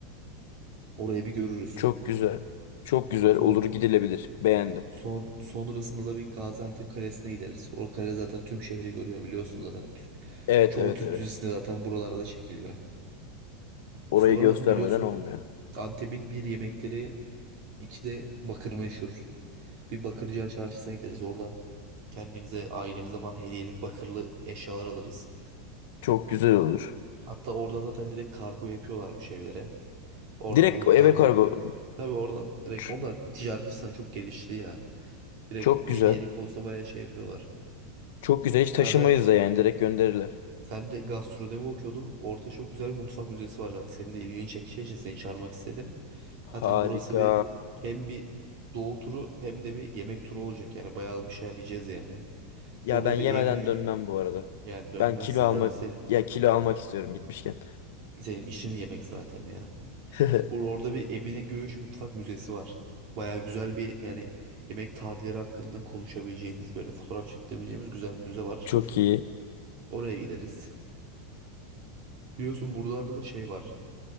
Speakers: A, on the right; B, on the left.
A: Orayı bir görürüz.
B: Çok güzel. Çok güzel
A: Son,
B: olur gidilebilir. Beğendim.
A: son, sonrasında da bir Gaziantep Kalesi'ne gideriz. O kale zaten tüm şehri görüyor biliyorsun zaten.
B: Evet
A: Çoğu
B: evet
A: Türk
B: evet.
A: dizisinde zaten buralarda çekiliyor.
B: Orayı
A: Sonra
B: göstermeden
A: biliyorsun
B: olmuyor.
A: Antep'in bir yemekleri, iki de bakır meşhur. Bir Bakırcılar Çarşısı'na gideriz. Oradan kendimize, ailemize falan hediyelik bakırlı eşyalar alırız.
B: Çok güzel olur.
A: Hatta oradan zaten direkt kargo yapıyorlarmış evlere. Oradan
B: Direkt
A: da bir
B: eve
A: kargoyu.
B: kargo.
A: Tabii oradan direkt
B: Ç-
A: onlar ticaret açısından çok gelişti ya. Direkt
B: Çok güzel.
A: hediyelik olsa bayağı şey yapıyorlar.
B: Çok güzel. Hiç taşımayız
A: Zaten
B: da yani direkt gönderirler.
A: sen de gastronomi okuyordun. Orada çok güzel bir mutfak müzesi var. Bak senin de ilgini çekeceği için seni çağırmak istedim. Zaten
B: Harika.
A: burası bir hem bir doğu turu hem de bir yemek turu olacak. Yani bayağı bir şeyler yiyeceğiz yani.
B: Ya
A: Burada
B: ben yemeden
A: bir evine
B: dönmem bu arada.
A: yani dönmezsin
B: Ben kilo almak
A: zaten senin
B: ya kilo almak istiyorum gitmişken.
A: senin işin yemek zaten ya.
B: <laughs>
A: Burada orada bir Emine Göğüş Mutfak Müzesi var. Baya güzel bir yani yemek tarihleri hakkında konuşabileceğimiz böyle fotoğraf çekebileceğimiz güzel bir müze var.
B: Çok iyi.
A: Oraya gideriz. Biliyorsun buralarda da şey var.